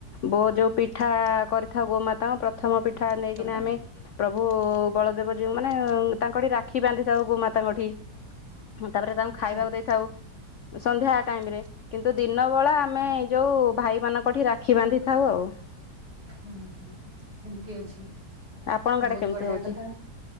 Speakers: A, on the left; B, on the right.
A: ବୋ ଯଉ ପିଠା କରିଥାଉ ଗୋମାତାଙ୍କୁ ପ୍ରଥମ ପିଠା ନେଇକିନା
B: ତାପରେ
A: ଆମେ ପ୍ରଭୁ। ବଳଦେବ ଯିଉ ମାନେ ତାଙ୍କଠି ରାକ୍ଷୀ ବାନ୍ଧିଥାଉ ଗୋମାତାଙ୍କଠି। ତାପରେ ତାଙ୍କୁ
B: ଆଚ୍ଛା
A: ଖାଇବାକୁ ଦେଇଥାଉ ସନ୍ଧ୍ୟା ଟାଇମ ରେ। କିନ୍ତୁ ଦିନ ବେଳା ଆମେ ଏଇ ଯୋଉ ଭାଇମାନଙ୍କଠି ରାକ୍ଷୀ ବାନ୍ଧି ଥାଉ ଆଉ।
B: ଓ ହୋଁ ଏମତି ଅଛି
A: ଆପଣଙ୍କ
B: ବହୁତ
A: ଆଡେ କେମିତି
B: ବଢିଆ
A: ହଉଛି?
B: କଥା।